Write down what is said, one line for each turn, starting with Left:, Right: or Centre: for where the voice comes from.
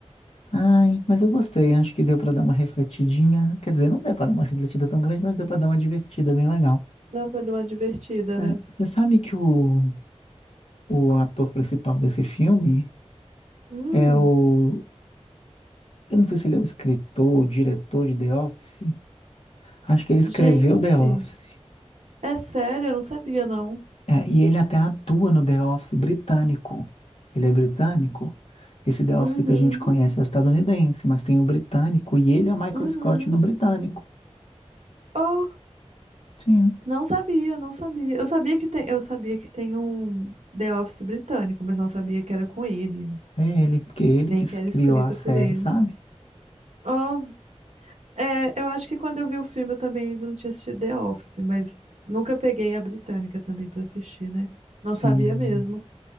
Left: Ai, mas eu gostei. Acho que deu para dar uma refletidinha. Quer dizer, não deu para dar uma refletida tão grande, mas deu para dar uma divertida bem legal.
Right: Dava de uma divertida,
Left: É,
Right: né?
Left: você sabe que o O ator principal desse filme
Right: Hum,
Left: é o. Eu não sei se ele é o escritor, o diretor de The Office. Acho que ele escreveu
Right: gente,
Left: The Office.
Right: é sério, eu não sabia, não.
Left: É, e ele até atua no The Office britânico. Ele é britânico. Esse The
Right: Uhum,
Left: Office que a gente conhece é o estadunidense, mas tem o britânico. E ele é o Michael
Right: uhum.
Left: Scott no britânico.
Right: Oh,
Left: Sim,
Right: não sabia, não sabia. Eu sabia que tem, eu sabia que tem um The Office britânico, mas não sabia que era com ele,
Left: é ele. Porque é ele
Right: nem
Left: que
Right: que era
Left: criou
Right: escrito
Left: a série,
Right: por ele.
Left: sabe?
Right: Oh, é, eu acho que quando eu vi o filme eu também ainda não tinha assistido The Office, mas nunca peguei a britânica também pra assistir, né? Não
Left: Sim.
Right: sabia mesmo.